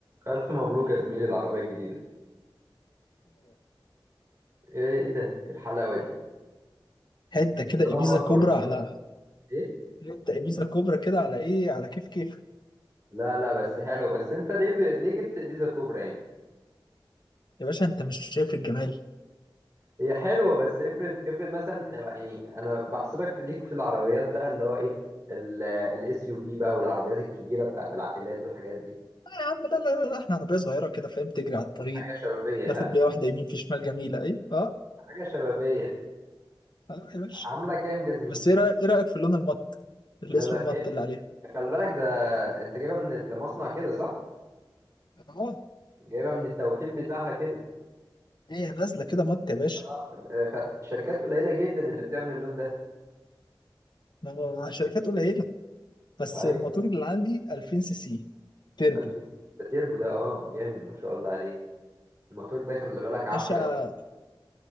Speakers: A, on the right; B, on the left.
A: ألف مبروك يا زميلي العربية الجديدة إيه إيه ده إيه الحلاوة دي
B: حته كده
A: لا
B: ابيزا
A: وأكبر
B: كبرى
A: والله
B: على
A: إيه
B: حته ابيزا كبرى كده على ايه على كيف كيف
A: لا لا بس حلو بس أنت ليه ب... ليه جبت بيزا كوبرا يعني
B: يا باشا انت مش شايف الجمال
A: هي حلوة بس افرض افرض مثلا يعني أنا بحسبك ليك في العربيات بقى اللي هو إيه الاس يو في بقى والعربيات الكبيرة بتاعت العائلات والحاجات دي
B: آه يا عم لا لا لا لا، احنا عربيه صغيره كده فاهم تجري على الطريق
A: حاجة شبابية ها
B: ناخد بيها واحده يمين في شمال جميله ايه اه
A: حاجة شبابية
B: آه يا باشا
A: عاملة كام دي يا زميلي
B: بس ايه رايك ايه رايك في اللون المط الاسود
A: لا لا جامد
B: المط اللي عليها
A: خلي بالك ده أنت جايبها من المصنع كده صح
B: اه
A: جايبها من التوكيل بتاعها كده
B: هي نازله كده مط يا باشا
A: آه، خ- شركات قليلة جدا اللي بتعمل اللون ده
B: ما هو شركات قليله بس
A: اي
B: الموتور اللي عندي 2000 سي سي تربو
A: 2000 ده تيربو ده اه جامد ما شاء الله عليه الموتور ده خلي بالك عافي
B: باشا
A: قوي